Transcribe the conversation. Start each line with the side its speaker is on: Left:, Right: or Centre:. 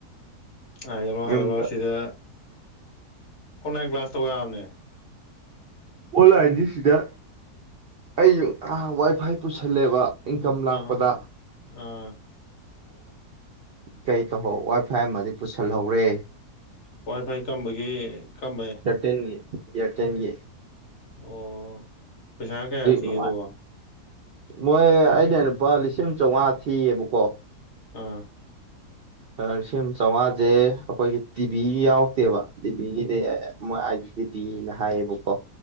Left: ꯍꯥꯏꯒꯂꯣ ꯍꯥꯏꯒꯂꯣ
Right: ꯌꯨꯝꯗ
Left: ꯁꯤꯗꯦ ꯀ ꯀ꯭ꯂꯥꯁ ꯇꯧꯔꯕꯅꯦ
Right: ꯑꯣꯟꯂꯥꯏꯟꯁꯤꯁꯤꯗ ꯑꯩꯁꯨ ꯋꯥꯏ ꯐꯥꯏ ꯄꯨꯁꯜꯂꯦꯕ ꯏꯟꯀꯝ ꯂꯥꯛꯄꯗ
Left: ꯑꯥ ꯑꯥ
Right: ꯀꯔꯤ ꯇꯧꯍꯧ ꯋꯥꯏ ꯐꯥꯏ ꯑꯃꯗꯤ ꯄꯨꯁꯤꯜꯍꯧꯔꯦ
Left: ꯋꯥ꯭ꯏ ꯐꯥꯏ ꯀꯝꯕꯒꯤ ꯀꯝꯕꯩ
Right: ꯇꯇꯤꯟꯒꯤ ꯏꯔ ꯇꯦꯟ ꯌꯦ
Left: ꯑꯣ ꯄꯩꯁꯥ ꯀꯌꯥꯇ
Right: ꯅꯨꯡꯉꯥꯏ
Left: ꯗꯋꯥ
Right: ꯃꯣꯏ ꯑꯩꯅ ꯂꯨꯄꯥ ꯂꯤꯁꯤꯡ ꯆꯥꯝꯃꯉꯥ ꯊꯤꯌꯦꯕꯀꯣ
Left: ꯑꯥ
Right: ꯂꯤꯁꯤꯡ ꯆꯥꯝꯃꯉꯥꯁꯦ ꯑꯩꯈꯣꯏꯒꯤ ꯇꯤꯚꯤ ꯌꯥꯎꯔꯛꯇꯦꯕ ꯇꯤꯚꯤꯒꯤꯗꯤ ꯃꯣꯏ ꯑꯥꯏꯗꯤ ꯇꯤꯚꯤꯅ ꯍꯥꯏꯌꯦꯕꯀꯣ